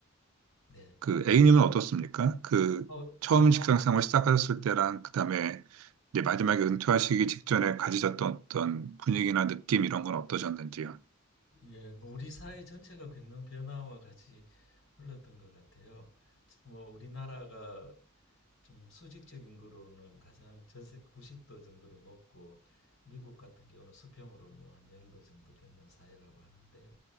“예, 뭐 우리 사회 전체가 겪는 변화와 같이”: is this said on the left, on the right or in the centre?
Left